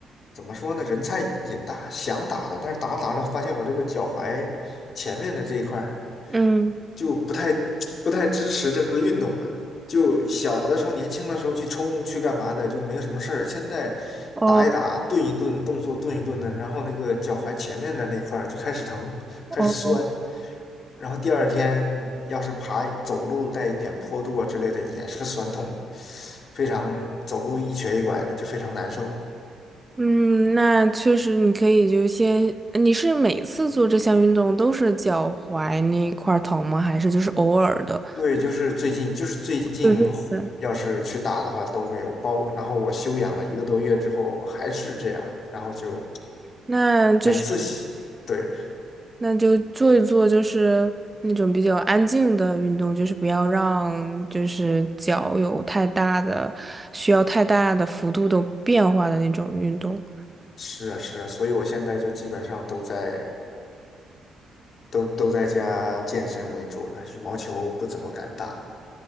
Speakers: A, on the left; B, on the right.
A: 怎么说呢？人菜瘾大，想打的，但是打着打着发现我这个脚踝前面的这一块儿
B: 嗯，
A: 就不太 <tsk> 不太支持这个运动了。就小的时候，年轻的时候去冲去干嘛的，就没有什么事儿。现在打一打，
B: 哦
A: 顿一顿，动作顿一顿的，然后那个脚踝前面的那块儿就开始疼，开始酸。
B: 哦。
A: 然后第二天要是爬走路带一点坡度啊之类的，也是酸痛，非常走路一瘸一拐的，就非常难受。
B: 嗯，那确实，你可以就先，你是每次做这项运动都是脚踝那块儿疼吗？还是就是偶尔的？
A: 对，就是最近，就是最近，
B: 对对对。
A: 要是去打的话都会有，包括然后我休养了一个多月之后还是这样，然后就
B: 那就是
A: 每次洗，对，
B: 那就做一做，就是那种比较安静的运动，就是不要让就是脚有太大的需要太大的幅度的变化的那种运动。
A: 是啊是啊，所以我现在就基本上都在都都在家健身为主了，羽毛球不怎么敢打了。